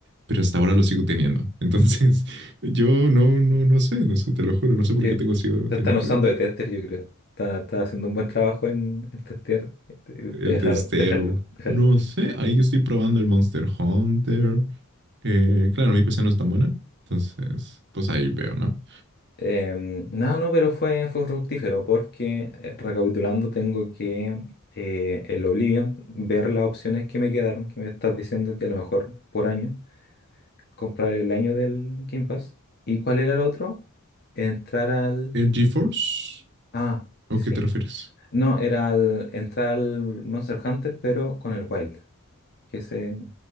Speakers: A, on the right (about 55°); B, on the left (about 50°).
A: pero hasta ahora lo sigo teniendo. Entonces, <laughs> yo no, no, no sé, no sé, te lo juro, no sé por
B: Yo-
A: qué tengo sigo
B: te
A: teniendo
B: están usando
A: pre-
B: de tester, yo creo. Está, está haciendo un buen trabajo en, en testear. Te,
A: el
B: te dejaron,
A: testeo.
B: déjalo, déjalo.
A: No sé, ahí yo estoy probando el Monster Hunter. Eh, claro, mi PC no es tan buena, entonces, pues ahí veo, ¿no?
B: Em, no, no, pero fue, fue fructífero porque, eh, recapitulando, tengo que eh, el Oblivion, ver las opciones que me quedaron, que me estás diciendo que a lo mejor por año, comprar el año del Game Pass. ¿Y cuál era el otro? Entrar al...
A: ¿El GeForce?
B: Ah,
A: ¿O
B: sí.
A: qué te refieres?
B: No, era al, entrar al Monster Hunter, pero con el Wild. Que ese...